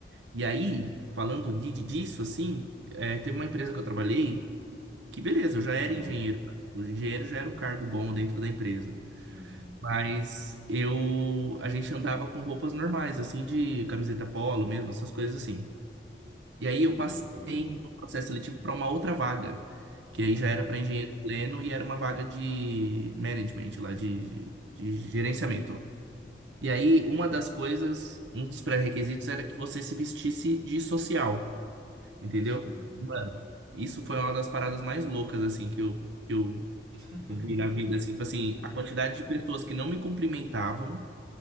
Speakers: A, on the right; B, on the right.
A: E aí, falando de- de- disso, assim, é, teve uma empresa que eu trabalhei que, beleza, eu já era
B: Aham.
A: engenheiro. tá? O engenheiro já era um cargo bom dentro da empresa.
B: Sim, sim.
A: Mas eu, a gente andava com roupas normais, assim, de camiseta polo mesmo, essas coisas assim. E aí eu passei
B: Pode crer.
A: no processo seletivo para uma outra vaga, que aí
B: Aham.
A: já era para engenheiro pleno e era uma vaga de management lá, de, de gerenciamento
B: Perfeito.
A: lá. E aí, uma das coisas, um dos pré-requisitos era que você se vestisse de social. Entendeu?
B: Sim.
A: Mano, isso foi uma das paradas mais loucas, assim, que eu, que eu
B: <laughs>
A: vi na vida, assim, tipo assim, a quantidade de pessoas que não me cumprimentavam,